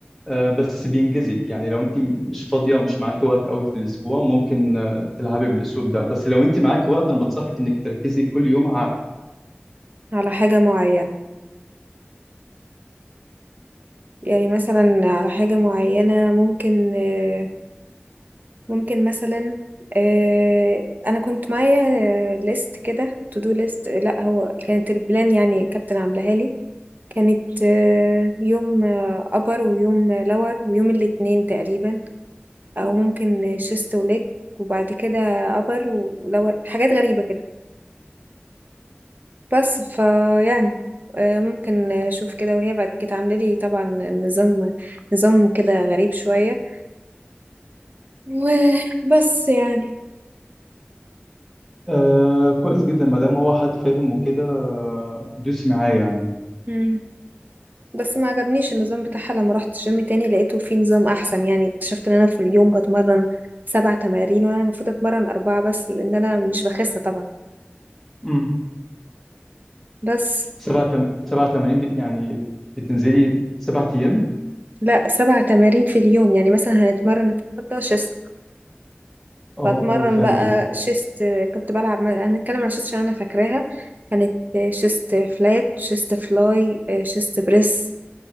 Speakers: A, in the centre; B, on the right (about 45°).
A: آه، بس بينجزك يعني لو انت مش فاضيه ومش معاكي وقت قوي في الاسبوع ممكن آه، تلعبي بالاسلوب ده بس لو انت معاكي وقت انا بنصحك انك تركزي كل يوم على
B: على حاجه معينه يعني مثلا على حاجه معينه ممكن آه، ممكن مثلا آه، انا كنت معايا ليست كده تو دو ليست لا هو كانت البلان يعني كابتن عاملاها لي كانت آه، يوم ابر ويوم لور ويوم الاثنين تقريبا او ممكن شيست وليج وبعد كده ابر ولور حاجات غريبة كده بس فيعني آه، ممكن اشوف كده وهي بعد كده عامله لي طبعا نظام نظام كده غريب شوية وبس يعني
A: آه كويس جدا ما دام هو حد فاهم وكده آه، دوسي معاه يعني
B: مم. بس ما عجبنيش النظام بتاعها لما رحت الجيم تاني لقيته فيه نظام احسن يعني اكتشفت ان انا في اليوم بتمرن سبع تمارين وانا المفروض اتمرن اربعة بس لان انا مش بخس طبعا
A: امم
B: بس
A: سبعة تم... سبعة تمارين ب... يعني بتنزلي سبعة ايام
B: لا سبع تمارين في اليوم يعني مثلا هنتمرن النهارده شيست
A: اه
B: فاتمرن
A: اه فهمتك
B: بقى شيست آه، كنت بلعب هنتكلم عن شيست عشان انا فاكراها كانت آه، شيست فلات شيست فلاي آه، شيست بريس